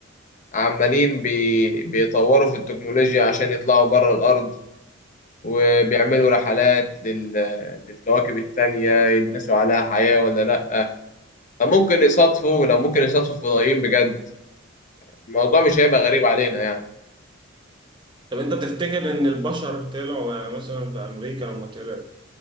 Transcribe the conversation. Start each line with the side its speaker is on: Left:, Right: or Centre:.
Left: عمالين بي... بيطوروا في التكنولوجيا عشان يطلعوا بره الأرض وبيعملوا رحلات لل... للكواكب التانية يدرسوا عليها حياة ولا لأ ممكن يصادفوا لو ممكن يصادفوا فضائيين بجد الموضوع مش هيبقى غريب علينا يعني
Right: طب أنت تفتكر إن البشر طلعوا يعني مثلا في أمريكا لما طلعوا